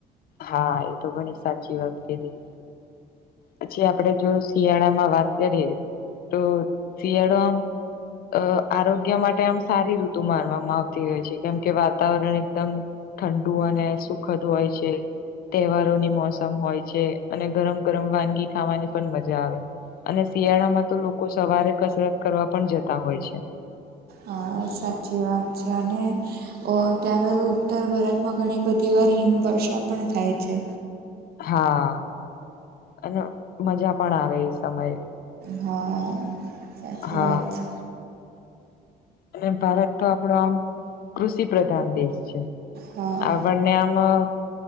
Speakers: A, on the left; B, on the right.
A: હા એ તો ઘણી સાચી વાત કીદી. પછી આપડે જો શિયાળામાં વાત કરીએ. તો શિયાળો આમ અ આરોગ્ય માટે આમ સારી ઋતુ મારવામાં. તી હોય છે કેમ કે વાતાવરણ એકદમ ઠંડુ અને સુખદ હોય છે તહેવારોની મોસમ હોય છે અને ગરમ ગરમ વાનગી ખાવાની પણ મજા આવે. અને શિયાળા માં તો લોકો સવારે કસરત કરવા પણ જતા હોય છે.
B: હા સાચી વાત છે અને. ત્યારે ઉત્તર ભારતમાં ઘણી બધી વાર હિમવર્ષા પણ થાય છે.
A: હા અને મજા પણ આવે એ સમયે.
B: હા સાચી
A: હા
B: વાત છે.
A: અને ભારત તો આપડો કૃષિ પ્રધાન દેશ છે.
B: હા
A: આગળ ને આમાં.